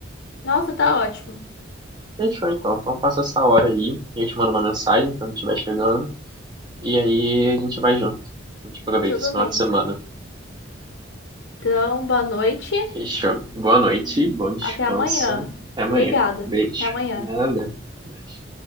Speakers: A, on the left (about 80°); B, on the right (about 20°).
A: Nossa, tá ótimo.
B: Fechou, então. Então passa essa hora aí, eu te mando uma mensagem quando estiver chegando, e aí a gente vai junto. A gente aproveita
A: Tudo
B: esse final
A: bem,
B: de semana.
A: então. Então, boa noite,
B: Fechou. Boa noite, bom descanso.
A: até amanhã.
B: Até amanhã.
A: Obrigada.
B: Beijo.
A: Até amanhã.
B: Nada. Até mais.